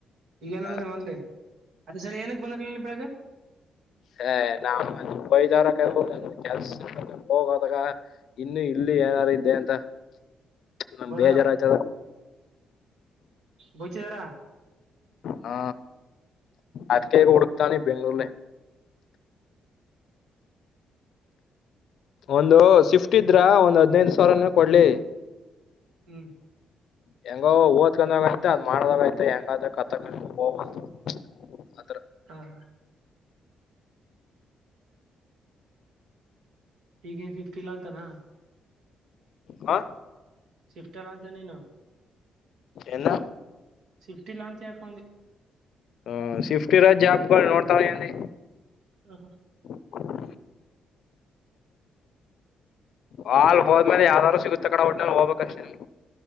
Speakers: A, on the right; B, on the left.
A: ಈಗೇನಂದ್ರ
B: ಹ
A: ನಿಮ್ಮಲ್ಲಿ ಅದೇ ಸರಿ ಏನಕ್ ಬಂದ್ರ ಇಲ್ಲಿ ಬೆಳಗ್ಗೆ
B: ಹ ನಮ್ಮ ಬೈದರ ಕೆಲ್ಸ ಹೋಗದಾಗ ಇನ್ನು ಇಲ್ಲಿ ಏನಾರು ಇದ್ದೆ ಅಂತ ನಮ್
A: ಬೋದಾರ
B: ಬೇಜಾರ ಆಯ್ತ
A: ಬಚಿಿದ್ದಾರ
B: ಹಾ ಅದ್ಕೇಗ ಹುಡುಕ್ತಾನೆ ಬೆಂಗಳೂರ್ಲ್ಲ ಒಂದು ಶಿಫ್ಟ್ ಇದ್ರ ಒಂದ್ ಹದ್ಿನೈದು ಸಾವಿರನ ಕೊಡ್ಲಿ
A: ಹ್ಮ್
B: ಹೆಂಗ ಓದ್ಕೊಂಡಾಗೈತೆ ಅದ್ ಮಾಡದಾಗೈತೆ ಹೆಂಗಾದ ಕತ್ತಕ ಹ
A: ಹಾ ಹಾ ಈಗೇನ್ ಸಿಫ್ಟಿ ಇಲ್ಲಾ ಅಂತಾನ
B: ಹಾ
A: ಶಿಫ್ಟಲ್ಲ ಅಂತನ ನ
B: ಎನ್ನ
A: ಶಿಫ್ಟಿ ಲಾಂಚ್ ಅಯಪಿ
B: ಆ ಶಿಫ್ಟ್ ಇರದ ಗುಳ್ನ ನೋಡ್ತಿದೀನಿ.
A: ಹ ಹ
B: <unintelligible> ಹಾಲ್ ಹೋದ್ಮೇಲೆ ಯಾವ್ದಾರೂ ಸಿಗುತ್ತೆ ಕಡೆ ಒಟ್ಟಲ್ಲಿ ಹೋಗ್ಬೇಕಕ್ ಅಷ್ಟೇಲ್ಲಿ